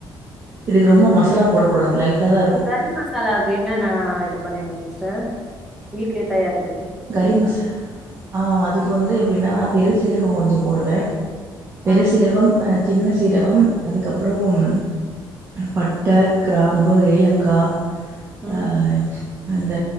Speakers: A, on the right; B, in the centre.
A: இதுக்கு ரொம்ப மசாலா போடக்கூடாது லைட்டாக தான் இருக்கும்
B: கரி மசாலாவுக்கு என்னன்ன இது பண்ணுவீங்க சிஸ். டர் வீட்லே தயாரிக்.
A: கரிமச ஆ அதுக்கு வந்து எப்டின்னா பெரு சீரகோ கொஞ்சோ போடுவே. பெருசீரகம்
B: ஆ
A: அ சின்ன சீரகம் அதுக்கப்புறோம். பட்ட கிராம்பு ஏலக்கா.
B: ம்
A: அ அந்த